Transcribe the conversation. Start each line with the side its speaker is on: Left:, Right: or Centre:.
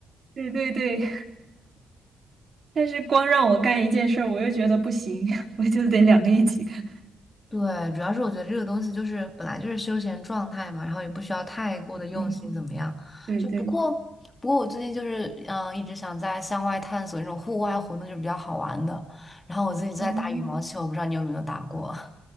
Right: 对对对。但是光让我干一件事儿，我又觉得不行，<laughs> 我就得两个一起干。
Left: 对，主要是我觉得这个东西就是本来就是休闲状态嘛，然后也不需要太过的用心怎么样。
Right: 嗯，对对，
Left: 就不过不过我最近就是嗯、呃一直想在向外探索那种户外活动，就比较好玩的。然后我自己在打羽毛球，
Right: 嗯，
Left: 我不知道你有没有打过？